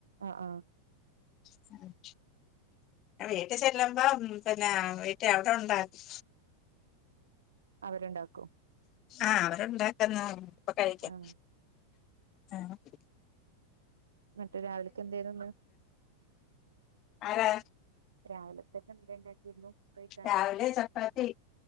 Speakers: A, on the right (about 70°); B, on the left (about 35°).
A: ആഹ് ആഹ്
B: <inaudible> വീട്ടിൽ ചെല്ലുമ്പോ പിന്നെ വീട്ടിൽ അവിടെ ഉണ്ടാക്ക്
A: അവരുണ്ടാക്കും
B: ആഹ് അവരുണ്ടാക്കുന്നു അപ്പൊ കഴിക്കും
A: ആഹ്
B: ആഹ്
A: മറ്റോ രാവിലക്കോത്തിന്ന്
B: അരാ
A: രാവിലത്തേക്ക് എന്താ ഉണ്ടാക്കിയിരുന്നു കഴിക്കാന്
B: രാവിലെ ചപ്പാത്തി